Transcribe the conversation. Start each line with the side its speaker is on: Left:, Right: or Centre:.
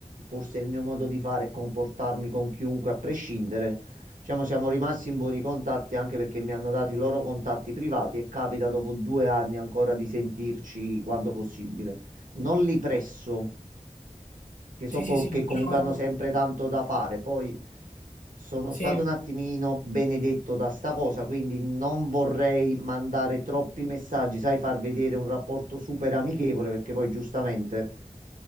Right: forse il mio modo di fare e comportarmi con chiunque a prescindere, diciamo siamo rimasti in buoni contatti anche perché mi hanno dato i loro contatti privati e capita dopo due anni ancora di sentirci quando possibile. Non li presso che so
Left: Sì,
Right: co-
Left: sì, sì,
Right: che
Left: diciamo,
Right: comunque hanno sempre tanto da fare. Poi sono
Left: sì.
Right: stato un attimino benedetto da sta cosa, quindi non vorrei mandare troppi messaggi, sai, far vedere un rapporto super amichevole, perché poi giustamente